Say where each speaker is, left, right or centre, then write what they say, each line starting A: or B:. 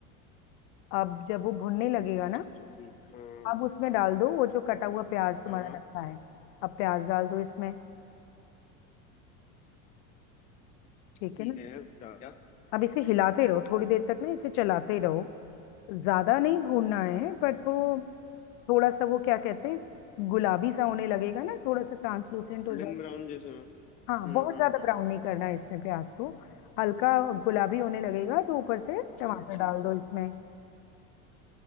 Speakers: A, on the left; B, on the left.
A: अब जब वो भुनने लगेगा
B: अच्छा
A: ना
B: अच्छा, ठीक है हाँ
A: अब उसमें डाल दो वो जो कटा हुआ प्याज तुम्हारा
B: हाँ हाँ
A: रखा है अब प्याज डाल दो इसमें ठीक
B: ठीक
A: है ना
B: है डाल दिया
A: अब इसे हिलाते रहो थोड़ी देर तक ना इसे चलाते रहो ज्यादा नहीं भूनना है बट वो थोड़ा सा वो क्या कहते हैं गुलाबी सा होने लगेगा ना थोड़ा सा ट्रांसलूसेंट हो
B: गोल्डन
A: जाए
B: ब्राउन जैसे हो। हम्म
A: हाँ बहुत
B: हम्म
A: ज्यादा
B: हम्म
A: ब्राउन नहीं करना है इसमें प्याज को हल्का गुलाबी होने लगेगा तो ऊपर से
B: चलो
A: टमाटर
B: ठीक
A: डाल दो
B: है
A: इसमें